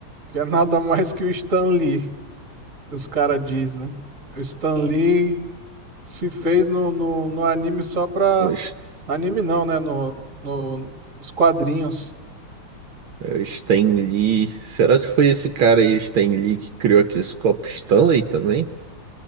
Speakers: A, on the right; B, on the right.
A: Que é nada mais que o Stan Lee, que os caras diz, né? O Stan Lee se fez no, no, no anime só pra.
B: O S-
A: Anime não, né? No, no, nos quadrinhos.
B: o Stan Lee. Será que foi esse cara aí, o Stan Lee, que criou aqueles copos Stanley também?